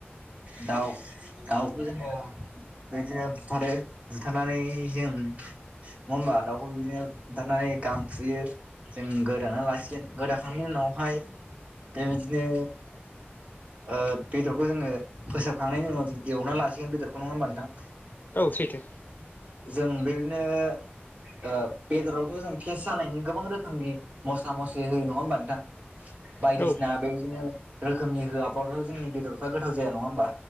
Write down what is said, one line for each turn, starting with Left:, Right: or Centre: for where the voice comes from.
Right: दाउ बेखौ जोङो बेबिदिनो बुथारो। बुथारनानै जों नङा होमबा दाउखौ बिदिनो बुथारनानै नै गांफुयो जों गोदाना लासिगोन। गोदाखांनायनि उनावहाय बेबिदिनो ओ बेदरखौ जोङो फोसाबखांनायनि उनाव जों एवाना लासिगोन बेदरखौ। नङा होमबा नोथां?
Left: औ सैथो।
Right: जों बेबिदिनो ओ बेदरावथ' जों थेस जानायनि गोबां रोखोमनि मस्ला मस्लि होयो। नङा होमबा नोंथां? बायदिसिना
Left: औ
Right: बेबिदिनो रोखोमनि होआबाबो जोंनि बेदरफ्रा गोथाव जाया। नङा होमबा?